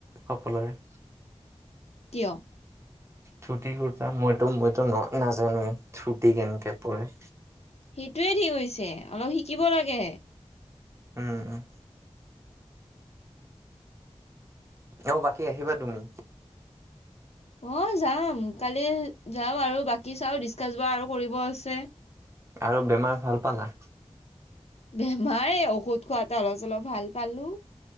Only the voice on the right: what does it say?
সকলোৰে।
ধুতি কুৰ্তা মইতো-মইতো ন নাজানোৱেই ধুতি কেনেকে পৰে।
উম- উম। অঁ বাকী আহিবা তুমি।
আৰু বেমাৰ ভাল পালা।